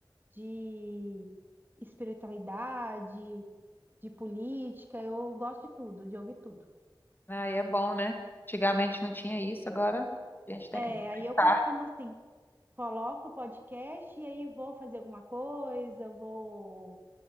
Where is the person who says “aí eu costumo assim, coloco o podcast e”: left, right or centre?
Right